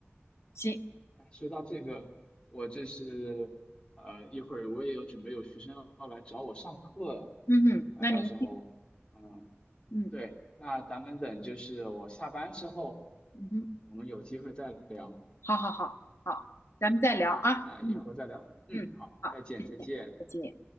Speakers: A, on the left (about 80°); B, on the left (about 20°).
A: 行，
B: 哎说到这个，我这是呃，一会儿我也有准备有学生要来找我上课了
A: 嗯哼，
B: 啊，
A: 那您去，
B: 到时候，嗯，
A: 嗯
B: 对，那咱们等就是我下班之后，
A: 嗯哼，
B: 我们有机会再聊，
A: 好好好好，咱们再聊啊，
B: 那以后再聊，
A: 嗯
B: 嗯，
A: 嗯，
B: 好，
A: 好，
B: 再见，
A: 再见。
B: 再见。
A: 再见